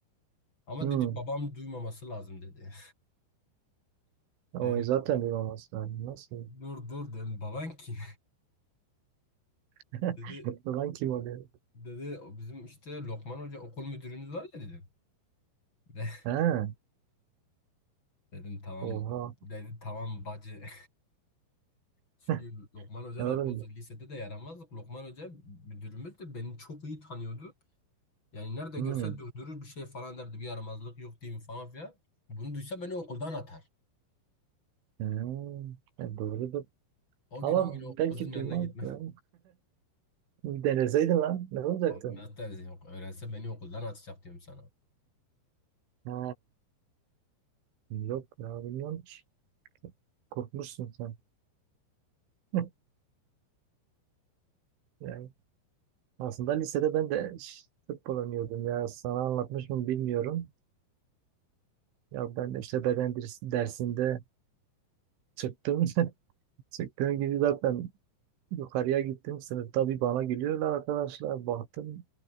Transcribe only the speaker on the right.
Hmm.
O
zaten bir maması lazım. Nasıl?
<laughs>
Falan kim oluyor?
Ha,
oha.
<laughs>
Ne
olabilir?
Hmm.
Hmm. E, doğrudur.
Ama
belki
duymaz
ya. Bir Deneseydin lan. Ne
olacaktı?
Ha, yok ya bilmiyorum ki. Korkmuşsun sen. <laughs> Yani aslında lisede ben de ş- futbol oynuyordum ya. Sana anlatmış mı bilmiyorum. Ya ben de işte beden ders- dersinde çıktım. <laughs> Sektörün gibi zaten yukarıya gittim. Sınıfta bir bana gülüyorlar arkadaşlar. Baktım